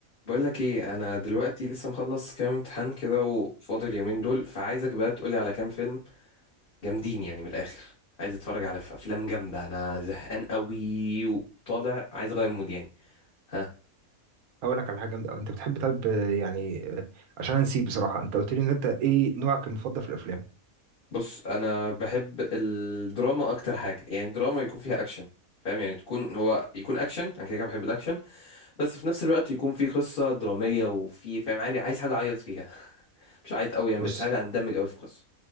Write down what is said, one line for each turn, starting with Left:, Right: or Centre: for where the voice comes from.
Left: بقول لك ايه انا دلوقتي لسه مخلص كام امتحان كده وفاضل اليومين دول فعايزك بقى تقولي على كام فيلم جامدين يعني من الاخر عايز اتفرج على ف- افلام جامده انا زهقان قوي وطالع عايز اغير مود يعني ها
Right: اقول لك على حاجه جامده أوي. انت بتحب طب يعني آه، عشان نسيب بصراحه انت قلت لي ان انت ايه نوعك المفضل في الافلام
Left: بص انا بحب الدراما اكتر حاجه يعني دراما يكون فيها اكشن فاهم يعني تكون هو يكون اكشن انا كده كده بحب الاكشن بس في نفس الوقت يكون في قصه دراميه وفي فاهم عارف- عايز حاجه اعيط فيها <laughs> مش عيط قوي يعني
Right: بص
Left: بس حاجه اندمج قوي في قصه